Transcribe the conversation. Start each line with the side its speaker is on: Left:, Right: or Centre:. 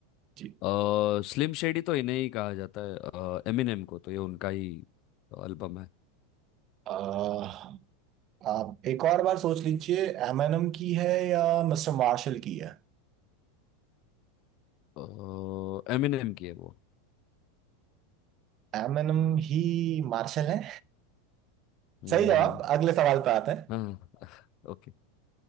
Right: जी
Left: अ स्लिम शेडी तो इन्हें ही कहा जाता है अ, एमिनेम को तो ये उनका ही एल्बम है
Right: अह, आप एक और बार सोच लीजिए एमएनएम की है या मिस्टर मार्शल की है
Left: अ, एमिनेम की है वो
Right: एमएनएम ही मार्शल है
Left: हम्म
Right: सही जवाब अगले सवाल पे आते हैं
Left: हाँ <laughs> ओके